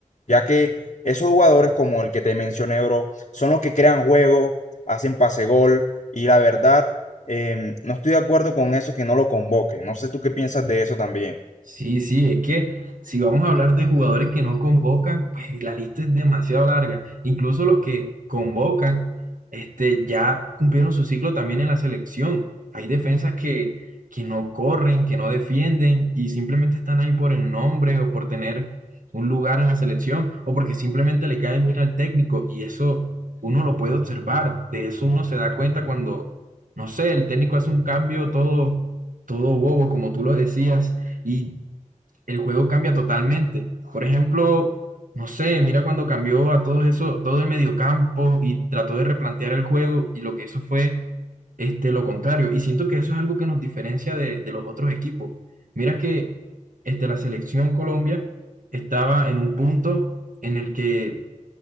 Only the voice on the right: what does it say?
Sí, sí, es que si vamos a hablar de jugadores que no convocan, pues la lista es demasiado larga. Incluso los que convocan, este, ya cumplieron su ciclo también en la selección. Hay defensas que, que no corren, que no defienden y simplemente están ahí por el nombre o por tener un lugar en la selección o porque simplemente le cae bien al técnico y eso uno lo puede observar. De eso uno se da cuenta cuando, no sé, el técnico hace un cambio todo, todo bobo, como tú lo decías y el juego cambia totalmente. Por ejemplo, no sé, mira cuando cambió a todo eso, todo el mediocampo y trató de replantear el juego y lo que hizo fue este, lo contrario. Y siento que eso es algo que nos diferencia de, de los otros equipos. Mira que este, la selección Colombia estaba en un punto en el que